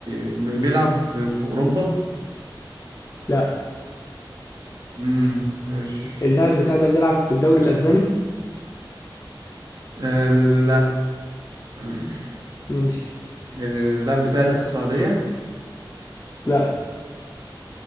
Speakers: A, on the right (about 55°); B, on the left (about 30°).
A: ب- بيلعب في, في اوروبا
B: لا
A: امم ماشي
B: اللاعب بتاعي ده بيلعب في الدوري الأسباني
A: آه، لا <clears throat>
B: ماشي
A: اللاعب بتاعي ده في السعودية
B: لا